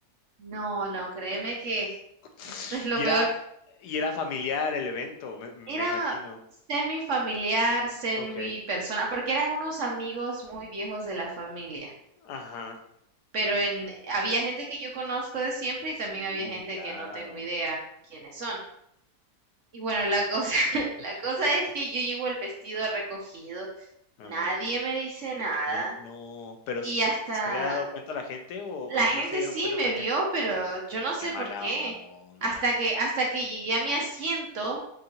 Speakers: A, on the right (about 60°); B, on the left (about 75°).
A: No, no, créeme que
B: <laughs>
A: esto es lo
B: Y
A: peor.
B: era y era familiar el evento, me me
A: Era
B: imagino.
A: semi familiar, semi
B: Okey,
A: persona, porque eran unos amigos muy viejos de la familia.
B: ajá,
A: Pero en, había gente que yo conozco de siempre
B: sí,
A: y también había gente
B: claro.
A: que no tengo idea quiénes son. Y bueno, la cosa, <laughs> la
B: <laughs>
A: cosa es que yo llevo el vestido recogido,
B: Ajá,
A: nadie me dice nada
B: na no, pero,
A: y
B: si se
A: hasta
B: se había dado cuenta la gente o
A: la
B: o
A: gente
B: no se dieron
A: sí
B: cuenta
A: me
B: también?
A: vio, pero yo no sé
B: Qué mala
A: por qué.
B: onda.
A: Hasta que, hasta que llegué a mi asiento